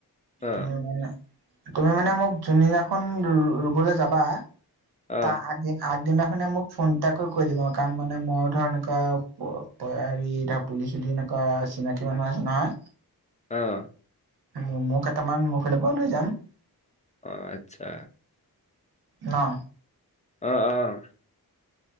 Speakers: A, on the left; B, on the right.
A: অ
B: তুমি মানে তুমি মানে মোক যোনদিনাখন ৰু-ৰুবলৈ যাবা
A: অ
B: তাৰ আগে আগদিনাখনে মোক ফোনটাকৈ কৈ দিব কাৰণ মানে মই ধৰ এনেকুৱা ব-ব হেৰি। এতিয়া পুলি চুলি এনেকুৱা চিনাকি মানুহ আছে নহয়।
A: অহ।
B: মো-মোক কেইটামান মোৰ ফালৰ পৰা লৈ যাম।
A: অহ, আচ্ছা।
B: ন'।
A: অহ, অহ।